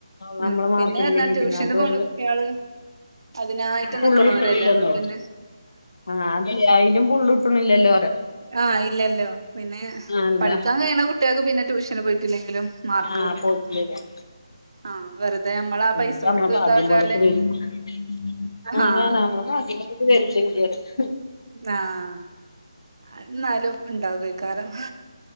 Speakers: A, on the right; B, on the left.
A: ഉം
B: നമ്മളെ മാർക്കല്ലെങ്കി
A: പിന്നെ എന്നാ ട്യൂഷന്
B: പിന്നെ അതരു
A: പോണ കുട്ടികള് അതിനായിട്ട്
B: ഫുള്ള്
A: നിക്കണോരല്ലേ
B: കിട്ടലില്ലല്ലോ
A: അപ്പൊ പിന്നെ
B: ആഹ് അതല്ല അയ്ലും ഫുള്ള്ട്ടണില്ലല്ലോ പറ
A: ആഹ് ഇല്ലല്ലോ പിന്നെ
B: അല്ല
A: പഠിക്കാൻ കഴിയണ കുട്ടികൾക്ക് പിന്നെ ട്യൂഷന് പോയിട്ടില്ലെങ്കിലും. മാർക്ക്
B: ആഹ്
A: കിട്ടും
B: പോയിട്ടില്ലിലും
A: ആഹ് വെറുതെ നമ്മളാ
B: എന്നിട്ട്
A: പൈസ കൊടുത്ത്
B: നമ്മെളെ ഭാഗ്യം
A: ഇതാക്കാല്ലേ
B: പോലോക്ക വരും അങ്ങനെയാണ്
A: ആഹ്
B: നമ്മളെ ഭാഗ്യം പോലൊക്കെ <unintelligible>
A: ആഹ്അത് ന്നലും ഇണ്ടാവയ്ക്കാരം